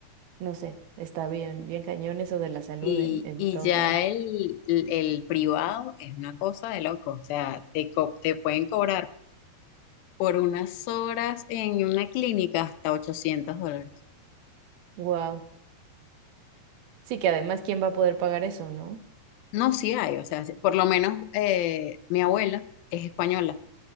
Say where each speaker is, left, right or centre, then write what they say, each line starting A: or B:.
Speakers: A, on the right (about 80°); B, on the left (about 80°).
A: no sé, está bien, bien cañón eso de la salud
B: Y,
A: en, en
B: y
A: todos
B: ya
A: lados.
B: el, el, el privado es una cosa de loco, o sea, te, co- te pueden cobrar por unas horas en una clínica hasta 800 dólares.
A: Wow. Sí que además, ¿quién va a poder pagar eso, no?
B: No, sí hay, o sea, sí, por lo menos eh, mi abuela es española